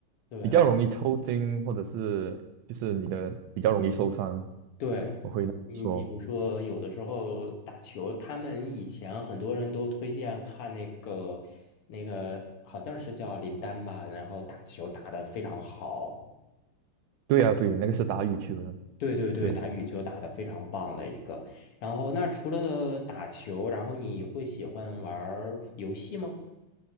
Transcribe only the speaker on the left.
对然
对，
嗯，比如说有的时候打球，他们以前很多人都推荐看那个那个好像是叫林丹吧，然后打球打得非常好。
对对对，
打羽球打得非常棒的一个。然后，那除了打球，然后你会喜欢玩儿游戏吗？